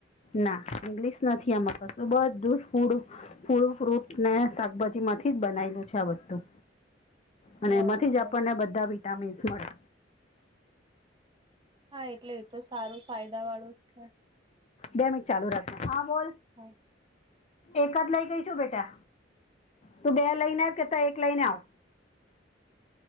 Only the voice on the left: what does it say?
ના ઇંગ્લિશ નથી આમાં કશું બધ ફૂડ ફૂલ, ફ્રૂટ ને શાકભાજી માંથી જ બનાયલું છે આ બધું. અને
એમાંથી જ આપણને બધા વિટામીન્સ મળે.
બે મિનટ ચાલુ રાખો, હા બોલ.
એક જ લઈ ગઈ છું બેટા. તું બે લઈને આવ કેતા એક લઈને આવ.